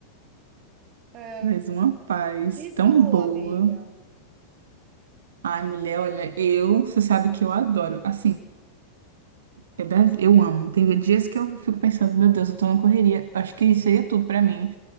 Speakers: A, on the right; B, on the right.
A: É,
B: Traz uma paz
A: e
B: tão
A: tu,
B: boa.
A: amiga?
B: Ai, mulher, olha, eu, você sabe que eu adoro. Assim, eu, deve- eu amo. Teve dias que eu fico pensando, meu Deus, eu tô numa correria. Acho que seria tudo pra mim.